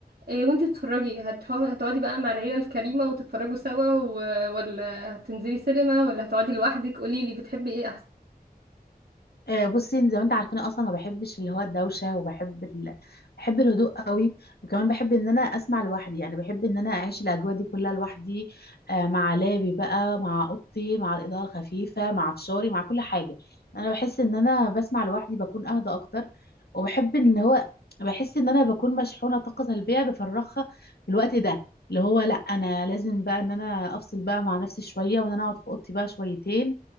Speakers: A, on the right; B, on the left.
A: آه، وانت بتتفرجي هتح- هتقعدي بقى مع العيلة الكريمة وتتفرجوا سوا و- ولا هتنزلي سينما ولا هتقعدي لوحدك قوليلي بتحبي ايه
B: آه، بصي زي ما انت عارفين اصلا ما بحبش اللي هو الدوشه وبحب ال... بحب الهدوء قوي وكمان بحب ان انا اسمع لوحدي يعني بحب ان انا اعيش الاجواء دي كلها لوحدي آه، مع لابي بقى مع اوضتي مع الاضاءه الخفيفه مع فشاري مع كل حاجه انا بحس ان انا بسمع لوحدي بكون اهدى اكتر وبحب ان هو بحس ان انا بكون مشحونه طاقه سلبيه بفرغها في الوقت ده اللي هو لا انا لازم بقى ان انا افصل بقى مع نفسي شويه وان انا اقعد في اوضتي بقى شويتين